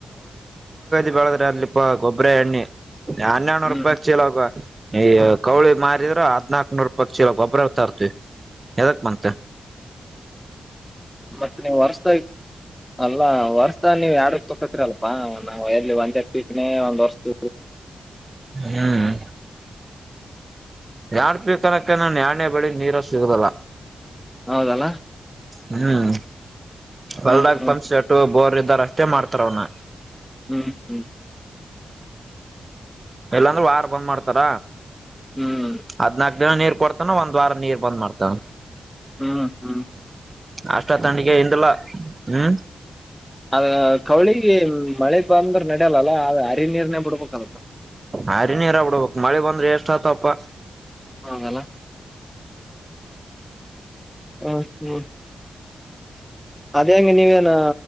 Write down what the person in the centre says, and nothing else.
ಹ್ಮ್
ಮತ್ತತ್ ನೀವು ಹೊರ್ಸತ ಅಲ್ಲ. ಹ ವರ್ಷ ನೀವ್ ಯರಡಕ್ ತೊಕತಿರಿ ಅಲ್ಪಾ ನಾವ್ ಎರ್ಲಿ ಒಂದ್ ಎರ್ಟಕ್ ಒಂದ್ ವರ್ಷದ.
ಹೌದಲ್ಲ.
ಹ್ಮ್ ಹ್ಮ್
ಹ್ಮ್ ಹ್ಮ್.
ಹ್ಮ್
ಹಾ ಹಾ.
ಅದ ಕವಳಿಗೆ ಮಳೆ ಬಂದ್ರ ನಡ್ಯಲ್ಲಲ್ಲ ಅ ಹರಿ ನೀರನೆೇ ಬಿಡ್ಬೇಕತ್ತ.
ಹೌದಲ್ಲ. ಹ ಹಾ. ಅದ ಹೆಂಗ ನೀವೇಏನ